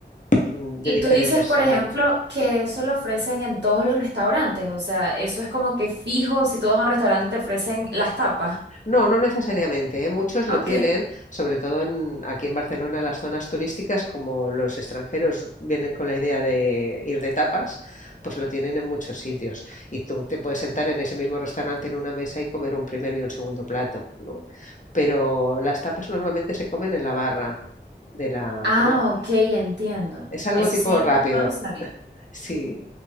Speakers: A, on the left; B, on the right.
A: mm, de
B: Y
A: diferentes
B: tú dices, por
A: sabores.
B: ejemplo, que eso lo ofrecen en todos los restaurantes, o sea, eso es como que fijo, si tú vas a un restaurante te ofrecen las tapas.
A: No, no necesariamente, ¿eh? Muchos lo
B: Ok.
A: tienen, sobre todo en- aquí en Barcelona, las zonas turísticas, como los extranjeros vienen con la idea de ir de tapas, pues lo tienen en muchos sitios. Y tú te puedes sentar en ese mismo restaurante en una mesa y comer un primero y un segundo plato, ¿no? Pero las tapas normalmente se comen en la barra de la,
B: Ah,
A: como,
B: ok, entiendo.
A: es algo
B: Eso
A: tipo
B: sí,
A: rápido.
B: no lo sabía.
A: Sí,